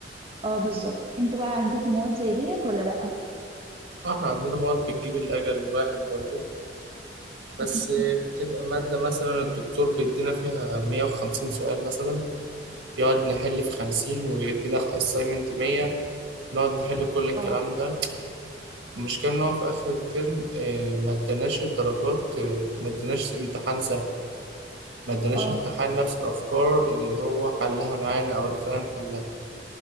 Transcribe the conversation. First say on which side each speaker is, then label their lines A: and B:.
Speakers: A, on the right (about 30°); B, on the right (about 90°).
A: اه بالظبط انتوا بقى عندكم مواد زي ديت ولا لأ؟
B: احنا عندنا مواد بتجيب الأجل الواحد برضو بس
A: <laughs>
B: بتبقى مادة مثلا الدكتور بيدينا فيها 150 سؤال مثلا يقعد نحل في 50 ويدينا assignment 100 نقعد نحل كل الكلام
A: اه
B: ده المشكلة إن هو في آخر الترم آه، ما اداناش الدرجات آه، ما اداناش امتحان سهل ما اداناش
A: اه
B: امتحان نفس الأفكار اللي هو حلها معانا أو اللي خلانا نحلها